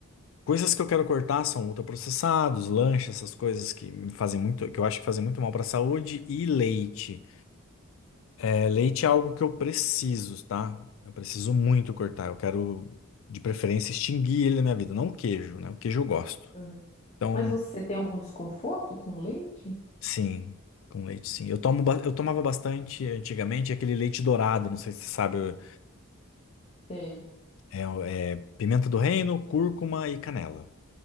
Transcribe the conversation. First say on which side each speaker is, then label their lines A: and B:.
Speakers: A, on the left (about 65°); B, on the left (about 30°).
A: coisas que eu quero cortar são ultraprocessados, lanche, essas coisas que me fazem muito, que eu acho que fazem muito mal pra saúde e leite. É, leite é algo que eu preciso, tá? Eu preciso muito cortar. Eu quero, de preferência, extinguir ele na minha vida, não o queijo, né? O queijo eu gosto.
B: Aham.
A: Então
B: Mas você tem algum desconforto com o leite?
A: Sim, com leite, sim. Eu tomo, ba- eu tomava bastante antigamente aquele leite dourado, não sei se você sabe,
B: Sei.
A: é, o- é pimenta do reino, cúrcuma e canela.